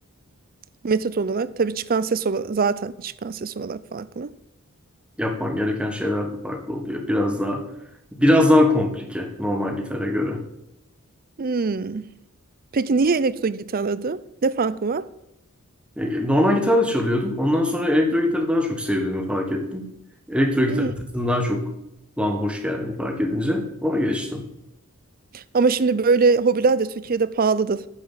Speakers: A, on the right (about 40°); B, in the centre.
A: Metot olarak. Tabii çıkan ses olarak, zaten çıkan ses olarak farklı.
B: Yapman gereken şeyler de farklı oluyor. Biraz daha biraz daha komplike normal gitara göre.
A: Hmm. Peki niye elektro gitar adı? Ne farkı var?
B: E, Normal gitar da çalıyordum. Ondan sonra elektro gitarı daha çok sevdiğimi fark ettim. Elektro gitar
A: Hmm.
B: sesini daha çok kulağıma hoş geldiğini fark edince ona geçtim.
A: Ama şimdi böyle hobiler de Türkiye'de pahalıdır.